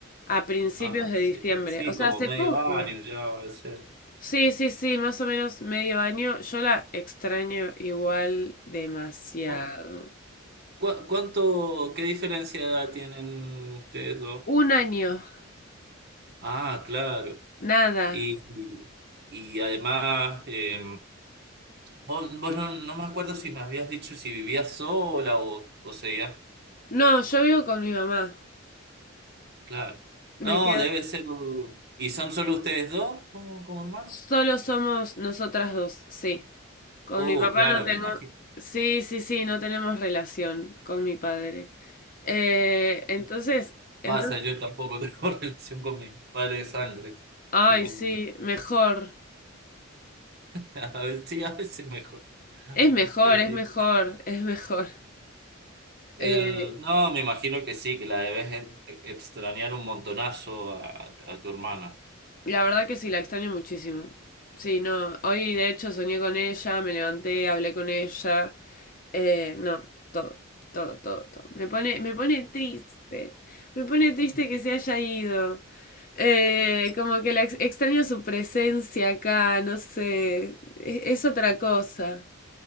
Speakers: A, on the left; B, on the right.
A: A principios
B: Ah,
A: de
B: sí,
A: diciembre.
B: sí,
A: O sea,
B: como
A: hace
B: medio
A: poco.
B: año ya va a ser.
A: Sí, sí, sí, más o menos medio año. Yo la extraño igual demasiado.
B: ¿Cu- cu- cuánto, qué diferencia de edad tienen ustedes dos?
A: Un año,
B: Ah, claro.
A: nada.
B: Y, y, y además, eh, vos, vos no, no me acuerdo si me habías dicho si vivías sola o, o seguías.
A: No, yo vivo con mi mamá.
B: Claro. No,
A: Me quedo.
B: debe ser. ¿Y son solo ustedes dos como, como hermanos?
A: Solo somos nosotras dos, sí. Con
B: Oh,
A: mi papá
B: claro,
A: no tengo...
B: me imagino.
A: Sí, sí, sí, no tenemos relación con mi padre. Eh, entonces, entonces...
B: Pasa, yo tampoco tengo <laughs> relación con mi padre de sangre.
A: Ay,
B: Tengo
A: sí,
B: un-
A: mejor.
B: <laughs> A veces, sí, a veces mejor.
A: Es mejor,
B: El,
A: es mejor, es mejor. Eh,
B: el- no, me imagino que sí, que la debes ex- extrañar un montonazo a, a tu hermana.
A: la verdad que sí, la extraño muchísimo. Sí, no. Hoy de hecho soñé con ella, me levanté, hablé con ella. Eh, no, todo, todo, todo, todo. Me pone, me pone triste. Me pone triste que se haya ido. Eh, como que la ex- extraño su presencia acá, no sé, e- es, otra cosa.